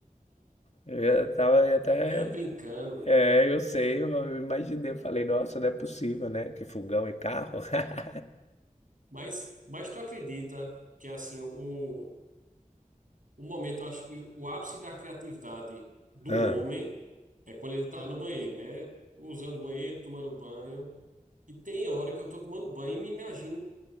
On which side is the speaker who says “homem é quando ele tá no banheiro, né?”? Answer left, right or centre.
Right